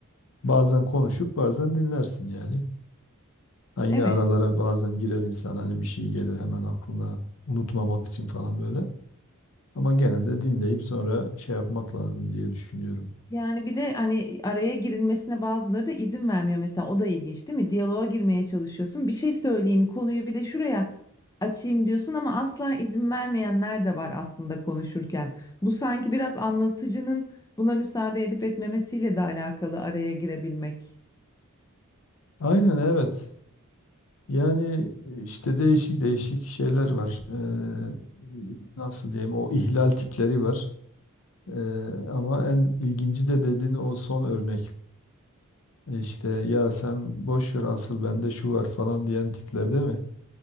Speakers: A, on the left (about 65°); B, on the left (about 15°).
A: Bazen konuşup bazen dinlersin yani. Ha yine
B: Evet.
A: aralara bazen girer insan hani bir şey gelir hemen aklına unutmamak için falan böyle. Ama genelde dinleyip sonra şey yapmak lazım diye düşünüyorum.
B: Yani bir de hani araya girilmesine bazıları da izin vermiyor mesela o da ilginç değil mi? Diyaloğa girmeye çalışıyorsun. Bir şey söyleyeyim konuyu bir de şuraya açayım diyorsun ama asla izin vermeyenler de var aslında konuşurken. Bu sanki biraz anlatıcının buna müsaade edip etmemesiyle de alakalı araya girebilmek.
A: Aynen evet. Yani e, işte değişik değişik şeyler var. Ee, nasıl diyeyim o ihlal tipleri var. Ee, ama en ilginci de dediğin o son örnek. E, İşte ya sen boş ver asıl bende şu var falan diyen tipler değil mi?